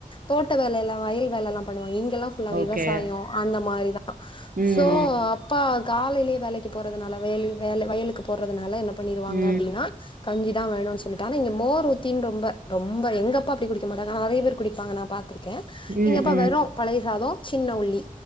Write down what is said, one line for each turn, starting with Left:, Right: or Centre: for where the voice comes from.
Left: தோட்ட வேல எல்லாம் வயல் வேல எல்லாம் பண்ணுவாங்க ஃபுல்லா
Right: ஓகே.
Left: விவசாயம் அந்த மாதிரி
Right: ம்,
Left: சோ அப்பா காலையிலயே வேலைக்கு போறதுனால வேலை வயலுக்கு போறதுனால என பண்ணிருவாங்க
Right: ம்.
Left: அப்டின்னா கஞ்சிதான் வேணும்னு சொல்லிட்டு ஆனாங்க மோர் ஊத்தின்னு ரொம்ப ரொம்ப எங்க அப்பா குடி மாட்டாங்க நிறைய பேர் குடிப்பாங்க நான் பா இருக்கே
Right: ம்,
Left: இங்க
Right: ம்.
Left: பலய சாதோம் சின்ன உள்ளி